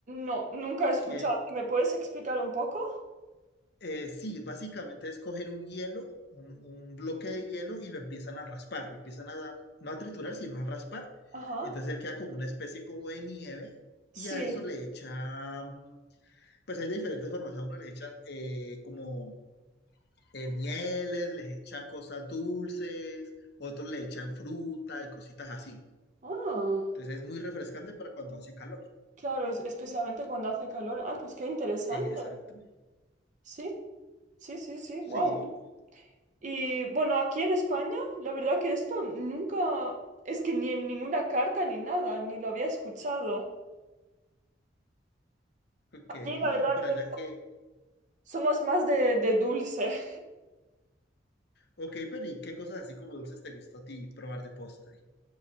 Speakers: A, on the right (about 40°); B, on the left (about 60°).
A: No, nunca he escuchado.
B: Que
A: ¿Sí ¿Me puedes explicar un poco?
B: eh, sí, básicamente es cogen un hielo, un, un bloque de hielo y lo empiezan a raspar. Lo empiezan a, no a triturar, sino a raspar.
A: Ajá.
B: Entonces él queda como una especie como de nieve
A: Sí.
B: y a eso le echan pues hay de diferentes formas. A uno les echan eh, como eh, mieles, les echan cosas dulces, otros le echan fruta y cositas así.
A: Ah,
B: Entonces es muy refrescante para cuando hace calor.
A: claro, es- especialmente cuando hace calor. Ah, pues qué interesante.
B: Exacto.
A: Sí, sí, sí, sí.
B: Sí,
A: Wow. Y bueno, aquí en España, la verdad que esto nunca, es que ni en ninguna carta ni nada, ni lo había escuchado.
B: ok.
A: Aquí
B: Y
A: la verdad
B: por
A: que
B: allá
A: so-
B: que,
A: somos más de, de dulce.
B: ok, pero ¿y qué cosas así como dulces te gusta a ti probar de postre?